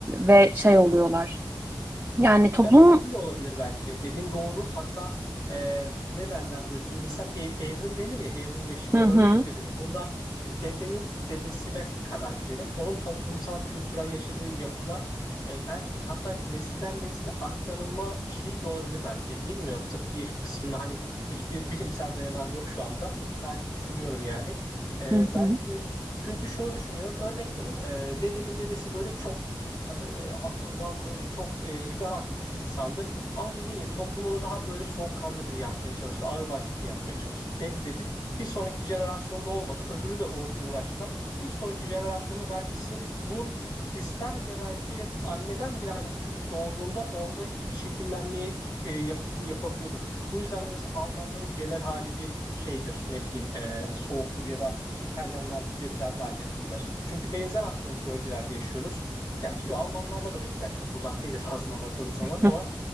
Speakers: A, on the right; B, on the left.
A: ve şey oluyorlar yani toplum
B: Ya şey bile olabilir belki. Dediğin doğru. Hatta e, ne derler böyle insan e- evrim denir ya evrimleşme.
A: hı
B: Örnek
A: hı
B: veriyorum. Bunda e, dedenin dedesine kadar gidelim. Onun toplumsal kültürel yaşadığı yapıla e, belki hatta nesilden nesile aktarılma şey bile olabilir belki. Bilmiyorum tıbbi kısmına hani hiçbir <laughs> bilimsel dayanağım yok şu anda. Sadece düşünüyorum yani. E,
A: hı
B: belki
A: hı
B: çünkü şunu düşünüyorum. Örnek veriyorum. E, dedenin dedesi böyle çok e, atılgan böyle çok e, hiperaktif bir insandı. Ama dediğim gibi toplum onu daha böyle soğukkanlı biri yapmaya çalıştı. Ağırbaşlı biri yapmaya çalıştı. Dedi dedi. Bir sonraki jenerasyonda olmadı. Öbürü de onu uğraştılar. Bir sonraki jenerasyonda belki sırf bu hisler bile belki anneden bile hani çocuk doğduğunda ondaki bir şekillenmeyi e, yapı- yapabiliyordur. Bu yüzden de mesela Almanların genel hali bir şeydir ne bileyim e, soğuktur ya da İtalyanlar bize biraz daha yakındır. Çünkü benzer aslında bölgelerde yaşıyoruz. Gerçi Almanlarla da benzer. Çok uzak değil esasında bakıldığı zaman ama
A: hı